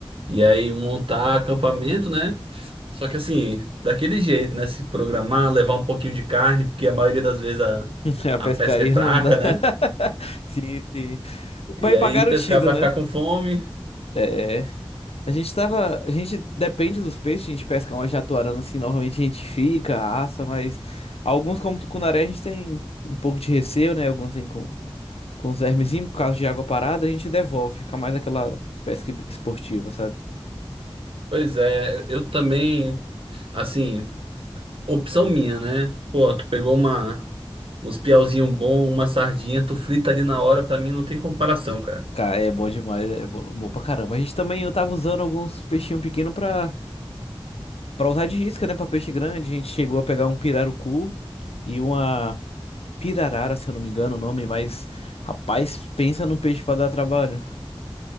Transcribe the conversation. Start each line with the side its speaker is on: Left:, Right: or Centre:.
Right: e aí montar acampamento, né? Só que assim, daquele jeito, né? Se programar, levar um pouquinho de carne, porque a maioria das vezes a,
Left: <laughs> A
Right: a
Left: pescaria
Right: pesca é fraca,
Left: não dá. <laughs>
Right: né?
Left: Sim, sim.
Right: E
Left: Pra ir
Right: aí
Left: pra garantido,
Right: pescar pra
Left: né?
Right: ficar com fome.
Left: É. A gente tava. A gente depende dos peixes, a gente pesca uma jatuarana assim, normalmente a gente fica, assa, mas alguns, como tucunaré, a gente tem um pouco de receio, né? Alguns vêm com, com os vermezinhos, por causa de água parada, a gente devolve, fica mais aquela pesca esportiva, sabe?
Right: Pois é, eu também, assim, opção minha, né? Pô, tu pegou uma. Uns piauzinho bom, uma sardinha, tu frita ali na hora, pra mim não tem comparação, cara.
Left: Cara, é bom demais, é bom, bom pra caramba. A gente também, eu tava usando alguns peixinhos pequenos pra, pra usar de isca, né? Pra peixe grande, a gente chegou a pegar um pirarucu e uma pirarara, se eu não me engano o nome, mas rapaz, pensa num peixe pra dar trabalho.